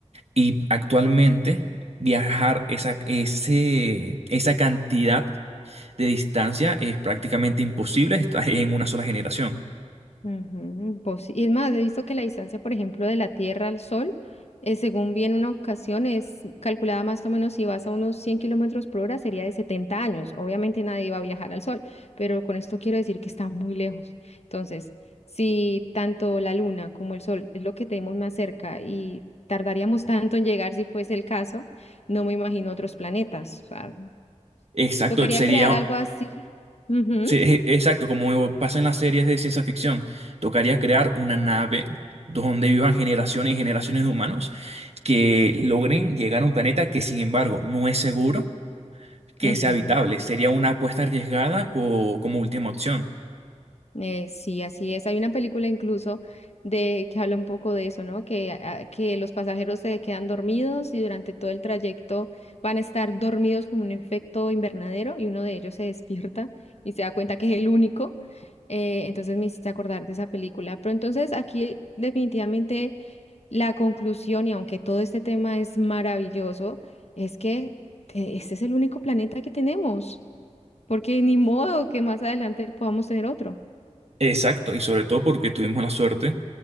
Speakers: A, on the right; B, on the left.
A: Y actualmente viajar esa, ese, esa cantidad de distancia es prácticamente imposible, estás en una sola generación.
B: Ujú, pos- y es más, he visto que la distancia, por ejemplo, de la Tierra al Sol, eh, según vi en una ocasión, es calculada más o menos si vas a unos 100 kilómetros por hora, sería de 70 años. Obviamente nadie iba a viajar al Sol, pero con esto quiero decir que está muy lejos. Entonces, si tanto la Luna como el Sol es lo que tenemos más cerca y tardaríamos tanto en llegar si fuese el caso, no me imagino otros planetas. O sea,
A: Exacto,
B: tocaría
A: sería,
B: crear algo así. Ujú,
A: se- e- exacto, como pasa en las series de ciencia ficción, tocaría crear una nave donde vivan generaciones y generaciones de humanos que logren llegar a un planeta que sin embargo no es seguro que
B: ujú.
A: sea habitable. Sería una apuesta arriesgada po- como última opción.
B: Eh, sí, así es. Hay una película incluso de que habla un poco de eso, ¿no? Que, ah, que los pasajeros se quedan dormidos y durante todo el trayecto van a estar dormidos como un efecto invernadero y uno de ellos se despierta y se da cuenta que es el único. Eh, entonces me hiciste acordar de esa película. Pero entonces aquí definitivamente la conclusión, y aunque todo este tema es maravilloso, es que te- este es el único planeta que tenemos, porque ni modo que más adelante podamos tener otro.
A: Exacto, y sobre todo porque tuvimos la suerte